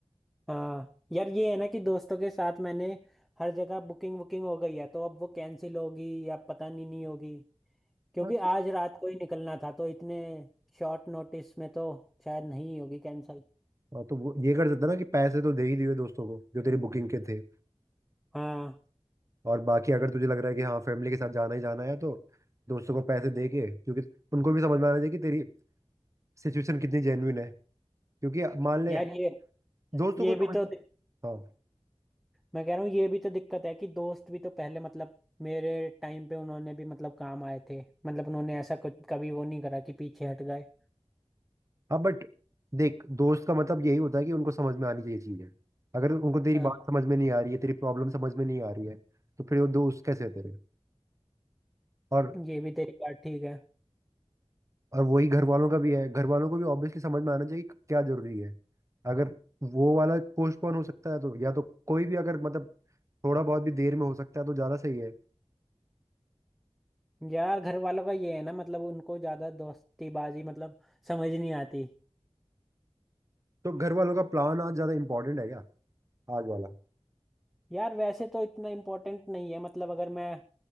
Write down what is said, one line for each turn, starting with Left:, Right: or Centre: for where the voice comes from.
Centre: हाँ यार ये है ना कि दोस्तों के साथ मैंने हर जगह बुकिंग बुकिंग हो गई है तो अब वो कैंसिल होगी या पता नहीं नहीं होगी क्योंकि
Right: हाँ, तो
Centre: आज रात को ही निकलना था तो इतने शॉर्ट नोटिस में तो शायद नहीं होगी कैंसिल
Right: हाँ, तो वो ये कर सकता ना कि पैसे तो दे ही दिए दोस्तों को जो तेरी बुकिंग के थे
Centre: हाँ
Right: और बाकी अगर तुझे लग रहा है कि हाँ फैमिली के साथ जाना ही जाना है तो दोस्तों को पैसे दे के क्योंकि उनको भी समझ में आना चाहिए कि तेरी सिचुएशन कितनी जेन्युइन है क्योंकि मान ले
Centre: यार ये
Right: दोस्तों
Centre: ये
Right: को समझ
Centre: भी तो दिक-
Right: हाँ
Centre: मैं कह रहा हूँ ये भी तो दिक्कत है कि दोस्त भी तो पहले मतलब मेरे टाइम पे उन्होंने भी मतलब काम आए थे मतलब उन्होंने ऐसा कुछ कभी वो नहीं करा कि पीछे हट गए
Right: हाँ बट देख दोस्त का मतलब यही होता है कि उनको समझ में आनी चाहिए चीजें अगर उनको तेरी
Centre: हाँ
Right: बात समझ में नहीं आ रही है तेरी प्रॉब्लम समझ में नहीं आ रही है तो फिर वो दोस्त कैसे है तेरे और
Centre: ये भी तेरी बात ठीक है
Right: और वही घर वालों का भी है घर वालों को भी ऑब्वियसली समझ में आना चाहिए कि क्या जरूरी है अगर वो वाला पोस्टपोन हो सकता है तो या तो कोई भी अगर मतलब थोड़ा बहुत भी देर में हो सकता है तो ज्यादा सही है
Centre: यार घर वालों का ये है ना मतलब उनको ज्यादा दोस्तीबाजी मतलब समझ नहीं आती
Right: तो घर वालों का प्लान आज ज्यादा इंपॉर्टेंट है क्या आज वाला
Centre: यार वैसे तो इतना इम्पोर्टेंट नहीं है मतलब अगर मैं